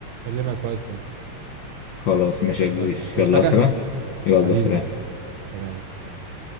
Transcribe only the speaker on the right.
اكلمك وقت تاني
يلا، عايز
حاجة
حبيبي
بس حبيبي سلام سلام